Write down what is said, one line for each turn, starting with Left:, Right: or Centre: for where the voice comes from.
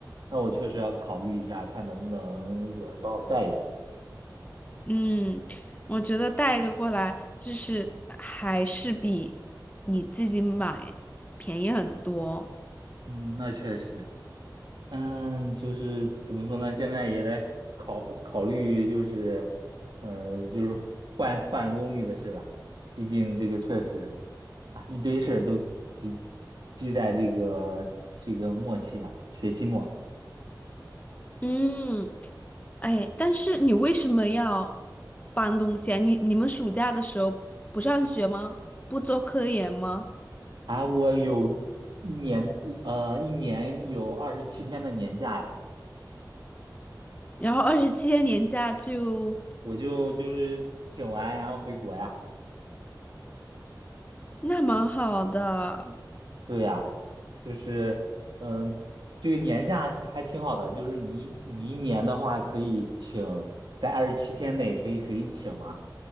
Right: 那我确实要考虑一下，看能不能有人帮我带一个。
Left: 嗯，我觉得带一个过来，就是还是比你自己买便宜很多。
Right: 嗯，那确实。嗯，就是怎么说呢？现在也在考考虑，就是，呃，就是换换功率的事了。毕竟这个确实啊，一堆事儿都积积在这个这个末期了，学期末
Left: 嗯，哎，但是你为什么要搬东西啊？你你们暑假的时候不上学吗？不做科研吗？
Right: 啊，我有一年一呃一年有二十七天的年假呀，
Left: 然后二十七天年假就
Right: 我就就是请完然后回国呀。
Left: 那蛮好的，
Right: 对呀，就是，嗯，这个年假还挺好的，就是你你一年的话可以请，在二十七天内可以随意请嘛，